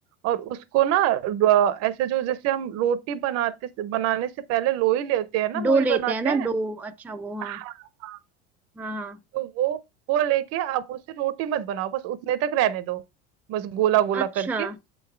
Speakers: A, on the right; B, in the centre.
A: और उसको ना र- ऐसे जो जैसे हम रोटी बनाते बनाने से पहले लोई लेते हैं ना
B: डो
A: लोई
B: लेते
A: बनाते
B: हैं ना
A: हैं
B: डो अच्छा वो
A: हाँ,
B: हाँ
A: हाँ।
B: हाँ हाँ
A: तो वो वो लेके आप उसे रोटी मत बनाओ बस उतने तक रहने दो बस गोला गोला
B: अच्छा
A: करके